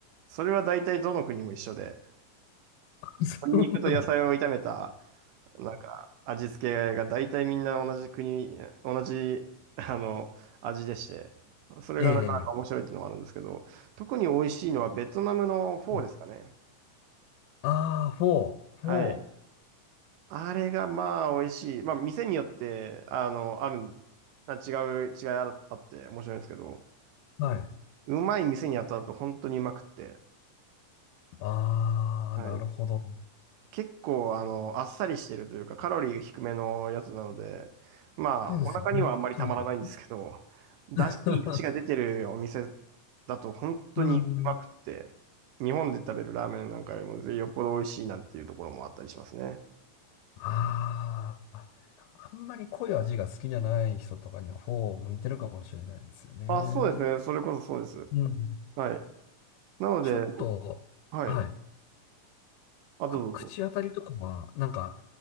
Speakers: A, on the right (about 80°); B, on the left (about 80°).
A: それは大体どの国も一緒で、
B: <laughs> そうなんだ。
A: 鶏肉と野菜を炒めた、なんか、味付けが大体みんな同じ国、同じ、<laughs> あの、味でして、それがなかなか面白いっていうのもあるんですけど、
B: え
A: 特に美味しいのはベトナムのフォーですかね。
B: え。ああ、フォー、フォ
A: はい。あれがまあ美味しい。まあ店によって、あの、あるん、あ違う、違いあるあって面白いんですけど、
B: ーはい。
A: うまい店に当たると本当にうまくって。
B: ああ、
A: はい
B: なるほど。
A: 結構、あの、あっさりしてるというか、カロリー低めのやつなので、まあ、
B: そうですよね。
A: お腹にはあんまりたまらないんですけど、
B: そうですね。
A: だし、
B: <laughs>
A: いい出汁が出てるお店だと本当にうまくって、
B: うんうん。
A: 日本で食べるラーメンなんかよりもよっぽど美味しいなんていうところもあったりしますね。
B: ああ、あんまり濃い味が好きじゃない人とかにはフォーを向いてるかもしれないですよね。
A: あ、そうですね。それこそそうです。
B: うん。
A: はい。なので、
B: ちょっと、
A: はい。
B: はい。
A: あ、どうぞどうぞ。
B: く、口当たりとかは、なんか、